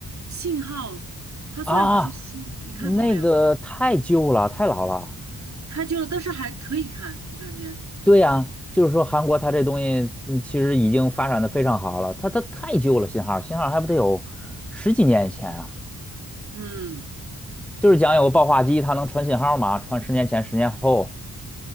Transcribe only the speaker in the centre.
啊！
那个太旧了，太老了。
对呀，就是说韩国它这东西嗯其实已经发展的非常好了，它它太旧了，信号信号还不得有十几年以前啊，
就是讲有个报话机，它能传信号吗？传十年前、十年后